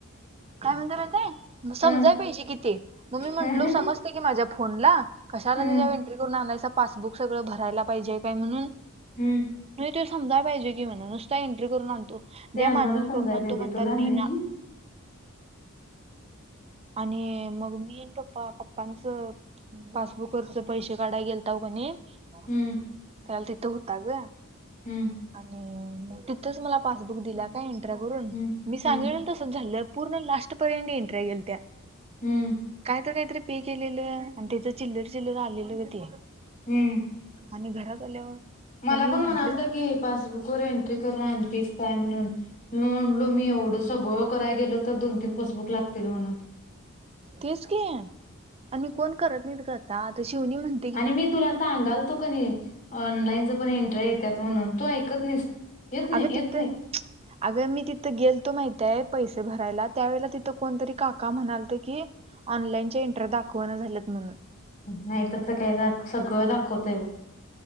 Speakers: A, on the right; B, on the left.
A: काय म्हणतिय माहिताय. समजाय
B: हं
A: पाहिजे कि ते मग मी म्हटलो
B: हं
A: समजतय की माझ्या फोनला कशाला तिज्या
B: हं
A: वे आणायसा पासबुक सगळं भरायला पाहिजेय काय म्हणून.
B: हम्म.
A: नाइ ते समाजाय पाहिजे की म्हणा नुसता एंट्री करून आणतो.
B: ते
A: द्या
B: अण्णाला
A: माझ मी
B: समजाय
A: करून आणतो
B: पाहिजे
A: म्हणताना
B: तुला
A: दिना.
B: नाही.
A: आणि मग मी आणि पप्पा पप्पांच पासबुकवरच पैसे काडाय गेलताव कणी त्यावेळला
B: हम्म
A: तिथं हुता ग.
B: हम्म
A: आणि तिथंच मला पासबुक दिला काय एंट्र्या करून
B: हम्म
A: मी सांगितलेलो
B: हम्म
A: तसच झालं. पूर्ण लास्ट पर्यंत एंट्र्या गेलत्या
B: हम्म
A: कायतर कायतरी पे केलेलं आणि ते चिल्लर चिल्लर आलेले ग ते
B: हम्म
A: आणि घरात आल्यावर
B: मला
A: मम्मी
B: पण
A: म्हंटले
B: म्हणायंलता की पासबुक वर एंट्री करून आणतीस काय म्हणून मी म्हणलो मी एवढंच सगळं कराय गेलो तर दोन तीन पसबुक लागतील म्हणून.
A: तेच कि आणि कोण करत नाहीत ग आता ती शिवणी म्हण
B: आणि मी तुला सांगालतो क नाही ऑनलाईनच पण एंट्र्या येत म्हणून तू ऐकत नाहीस. येत नाही
A: अगं तिथं
B: येत नाही
A: अग मी तिथं गेलतो माहितीय पैसे भरायला त्यावेेळेला तिथं कोणतरी काका म्हणालत की ऑनलाइनच्या एंट्र्या दाखवना झाल्यात म्हणून.
B: नाही तसं काय दा सगळं दाखवतय बघ.